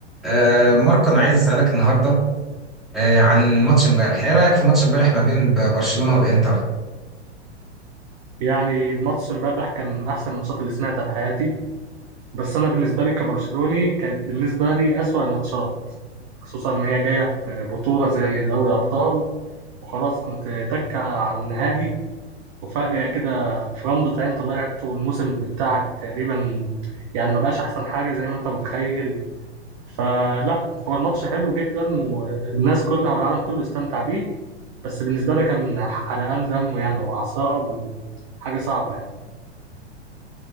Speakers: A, in the centre; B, on the right (about 30°).
A: آه ماركو انا عايز اسالك النهارده آه عن ماتش امبارح ايه رايك في ماتش امبارح ما بين ب- برشلونه والانتر
B: يعني الماتش امبارح كان من احسن الماتشات اللي سمعتها في حياتي بس انا بالنسبه لي كبرشلوني كانت بالنسبه لي اسوأ الماتشات خصوصا ان هي جايه في بطوله زي دوري ابطال وخلاص كنت تكه على النهائي وفجاه كده في رمضة عين طلعت والموسم بتاعك تقريبا يعني ما بقاش احسن حاجه زي ما انت متخيل فلا هو الماتش حلو جدا والناس كلها والعالم كله استمتع بيه بس بالنسبه لي كان حرقان دم يعني واعصاب وحاجه صعبه يعني.